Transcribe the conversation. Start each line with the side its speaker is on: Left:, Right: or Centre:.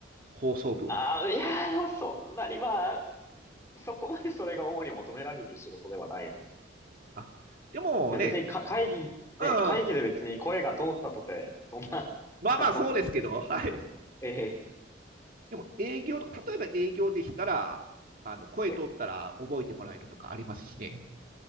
Right: 放送部は。
Left: ああ、いやー、でもそんなにまあ、そこまでそれが主に求められる仕事ではない
Right: あ、でもね、
Left: でも別にか会議、ね、
Right: うん、
Left: 会議で別に声が通ったとて、そんな、<laughs>
Right: まあまあそうですけど、
Left: あの、
Right: はい。
Left: ええ
Right: でも営業とか、例えば営業でしたら、あの、声通ったら覚えてもらえるとかありますしね。
Left: で